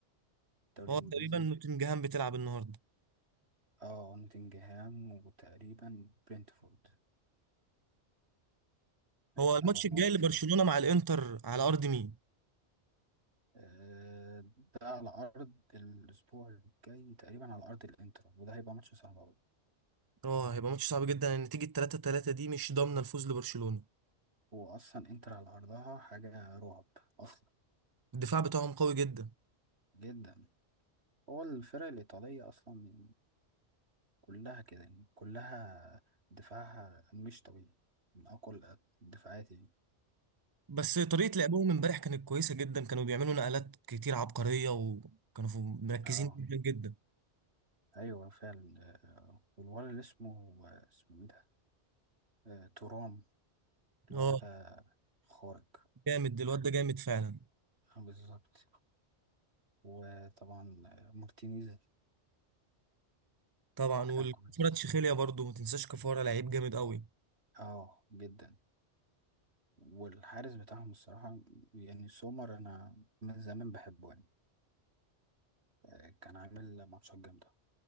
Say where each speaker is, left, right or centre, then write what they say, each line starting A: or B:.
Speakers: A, on the right; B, on the right.
A: الدوري
B: هو
A: الانجليزي
B: تقريبا نوتنجهام بتلعب النهارده
A: اه نوتنجهام وتقريبا برينتفورد
B: هو
A: يلعبوا
B: الماتش
A: النهارده
B: الجاي
A: الساعه
B: لبرشلونه مع الانتر على ارض مين
A: آه، ده على أرض الأسبوع الجاي تقريبا على أرض الإنتر وده هيبقى ماتش صعب أوي
B: اه هيبقى ماتش صعب جدا النتيجه 3 3 دي مش ضامنه الفوز لبرشلونه
A: هو أصلا إنتر على أرضها حاجة رعب أصلا
B: الدفاع بتاعهم قوي جدا
A: جدا هو الفرق الإيطالية أصلا كلها كده يعني كلها دفاعها مش طبيعي من أقوى الدفاعات يعني
B: بس طريقة لعبهم امبارح كانت كويسة جدا كانوا بيعملوا نقلات كتير عبقرية وكانوا ف- مركزين
A: اه
B: جدا جدا
A: أيوة فعلا آه، والولد اللي اسمه اسمه إيه ده؟ آه، تورام الولد
B: اه
A: ده خارق
B: جامد الواد ده جامد فعلا
A: آه، بالظبط وطبعا آه، مارتينيز
B: طبعا
A: كان
B: والكفارة
A: كويس
B: تشيخيليا برضو ما تنساش كفارة لعيب جامد قوي
A: اه جدا والحارس بتاعهم الصراحة يعني سومر أنا من زمان بحبه يعني آه، كان عامل ماتشات جامدة